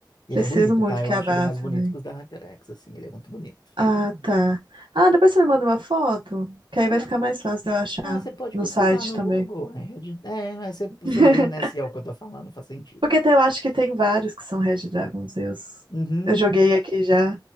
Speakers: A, on the left; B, on the right.
A: Ele
B: Preciso
A: é bonito,
B: muito
A: tá?
B: que
A: Eu acho
B: abafe,
A: ele mais bonito
B: né?
A: que os da HyperX, assim, ele é muito bonito.
B: Ah, tá. Ah, depois você me manda uma foto, que aí
A: Mano,
B: vai ficar mais fácil de eu achar
A: ah, você pode
B: no
A: pesquisar
B: site
A: no
B: também.
A: Google, né? é, aí você, você
B: <laughs>
A: vê, né, se é o que eu tô falando, faz sentido.
B: Porque tem- eu acho que tem vários que são Red Dragons. Eu,
A: Uhum.
B: eu joguei aqui já,